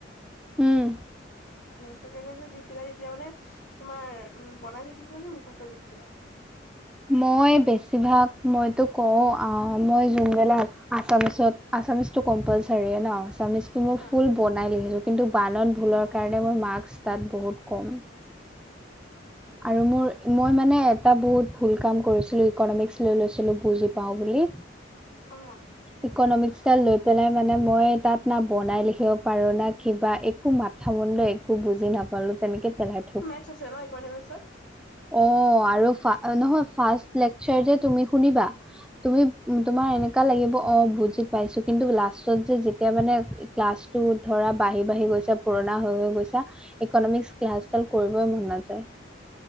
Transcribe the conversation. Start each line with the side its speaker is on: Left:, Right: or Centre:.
Centre: হম,
Left: ছেকেণ্ড ইয়েৰ যে দিছিলা তেতিয়া মানে তোমাৰ উম, বনাই লিখিছিলা নে মুখস্ত লিখিছিলা?
Centre: মই বেছিভাগ মইতো কওঁ আহ, মই যোনবিলাক আছামিছত আছামিছটো কম্পালচাৰিয়ে ন' আছামিছটো মই
Left: হা।
Centre: ফুল বনাই লিখিছো কিন্তু বানান ভুলৰ কাৰণে মোৰ মাৰ্কছ তাত বহুত কম।
Left: অ',
Centre: আৰু
Left: অ'।
Centre: মোৰ মই মানে এটা বহুত ভুল কাম কৰিছিলো ইকনমিক্স লৈ লৈছিলো বুজি পাওঁ বুলি।
Left: অ'
Centre: ইকনমিক্সডাল পেলাই মানে মই তাত না বনাই লিখিব পাৰো না কিবা একো মাথা মুণ্ড একো বুজি নাপালো। তেনেকে পেলহাই
Left: মেথছ আছে ন' ইকনমিক্সত?
Centre: অ' আৰু ফা নহয় ফাৰ্ষ্ট লেকচাৰ যে তুমি শুনিবা? তুমি উম, তোমাৰ এনেকা লাগিব অহ, বুজি পাইছো কিন্তু লাষ্টত যে যেতিয়া মানে ক্লাছটো ধৰা বাঢ়ি বাঢ়ি গৈছে পুৰণা হৈ হৈ গৈছা ইকনমিক্স ক্লাছ ডাল কৰিবই মন নাযায়।